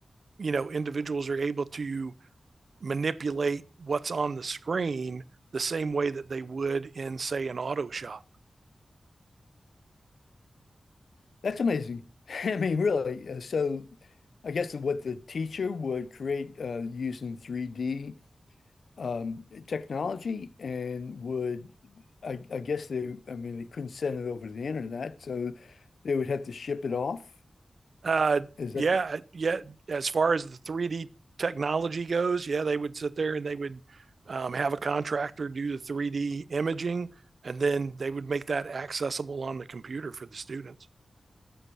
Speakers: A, on the right (about 65°); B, on the left (about 80°).
A: you know individuals are able to manipulate what's on the screen the same way that they would in, say, an auto shop.
B: That's amazing. <laughs> I mean, really. Uh, so, I guess what the teacher would create uh, using 3D um, technology and would, I, I guess they, I mean, they couldn't send it over to the internet, so they would have to ship it off.
A: Uh,
B: Is
A: yeah,
B: that,
A: yeah. As far as the 3D technology goes, yeah, they would sit there and they would um, have a contractor do the 3D imaging, and then they would make that accessible on the computer for the students.